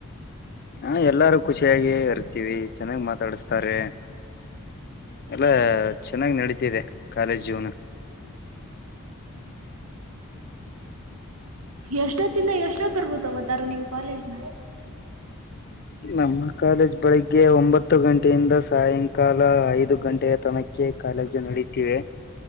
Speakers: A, on the left; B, on the right.
A: ಹ ಎಲ್ಲಾರು ಖುಷಿಯಾಗಿ ಇರ್ತೀವಿ ಚೆನ್ನಾಗ್ ಮಾತಾಡಸ್ತಾರೆ ಎಲ್ಲ ಚೆನ್ನಾಗಿ್ ನಡತಿದೆ ಕಾಲೇಜ್ ಜೀವನ <inaudible>
B: ಎಷ್ಟೊತ್ತಿಂದ ಎಷ್ಟೊತ್ತವರ್ಗೂ ತಗೋತಾರು ನಿಮ್ ಕಾಲೇಜ್ನ
A: ನಮ್ಮ ಕಾಲೇಜ್ ಬೆಳಗ್ಗೆ ಒಂಬತ್ತು ಗಂಟೆಯಿಂದ ಸಾಯಂಕಾಲ ಐದು ಗಂಟೆಯ ತನಕ್ಕೆ ಕಾಲೇಜು ನಡೀತಿವಿ